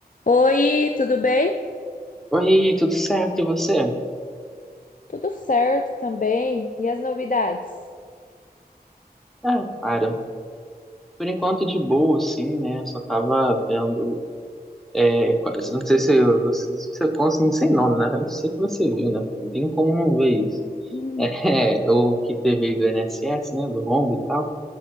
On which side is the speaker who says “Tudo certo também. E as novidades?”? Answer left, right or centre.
Left